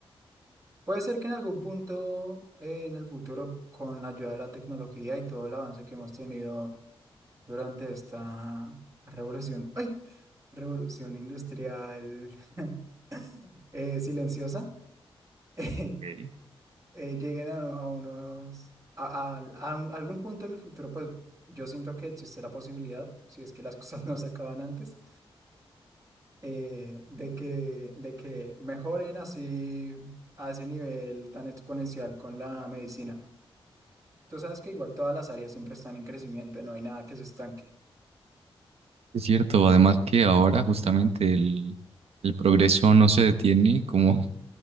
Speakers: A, on the right; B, on the right.
A: Puede ser que en algún punto eh, en el futuro, con la ayuda de la tecnología y todo el avance que hemos tenido durante esta revolución, ¡ay! Revolución industrial <laughs> eh, silenciosa, <laughs> eh,
B: Ok.
A: lleguen a, a unos, a, a- a un- algún punto en el futuro, pues yo siento que existe la posibilidad, si es que las cosas <laughs> no se acaban antes, eh, de que, de que mejoren así a ese nivel tan exponencial con la medicina. Tú sabes que igual todas las áreas siempre están en crecimiento, no hay nada que se estanque.
B: Es cierto, además que ahora justamente el, el progreso no se detiene, como,